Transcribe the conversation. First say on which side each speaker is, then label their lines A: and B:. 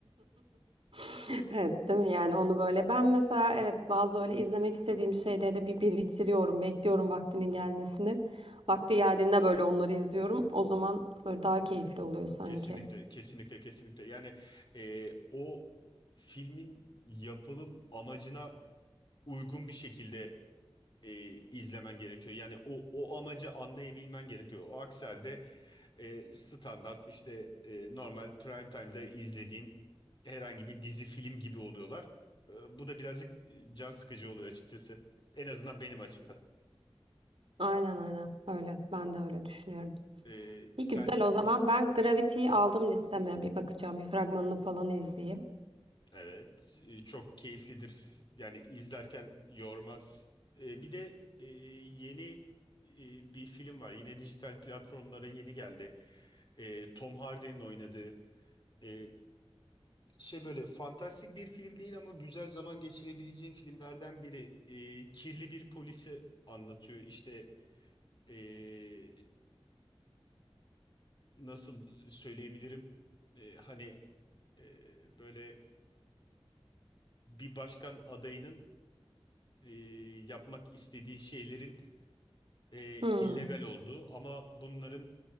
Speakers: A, on the right (about 65°); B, on the left (about 50°).
A: <laughs> Evet, değil mi? Yani onu böyle ben mesela evet bazı öyle izlemek istediğim şeyleri bir biriktiriyorum, bekliyorum vaktinin gelmesini. Vakti geldiğinde böyle onları izliyorum. O zaman böyle daha keyifli oluyor
B: <laughs>
A: sanki.
B: Kesinlikle kesinlikle kesinlikle yani e, o filmin yapılım amacına uygun bir şekilde e, izlemen gerekiyor. Yani o o amacı anlayabilmen gerekiyor. O akselde e, standart işte e, normal prime time'da izlediğin herhangi bir dizi film gibi oluyorlar. E, bu da birazcık e, can sıkıcı oluyor açıkçası. En azından benim açımdan.
A: Aynen aynen öyle. Ben de öyle düşünüyorum.
B: E, sen
A: İyi güzel o zaman ben Gravity'yi aldım listeme bir bakacağım bir fragmanını falan izleyeyim.
B: evet e, çok keyiflidir. Yani izlerken yormaz. E, bir de e, yeni e, bir film var. Yine dijital platformlara yeni geldi. E, Tom Hardy'nin oynadığı. E, şey böyle fantastik bir film değil ama güzel zaman geçirebileceğin filmlerden biri. Ee, kirli bir polisi anlatıyor. İşte ee, nasıl söyleyebilirim? Ee, hani ee, böyle bir başkan adayının ee, yapmak istediği şeylerin ee,
A: Hmm.
B: illegal olduğu ama bunların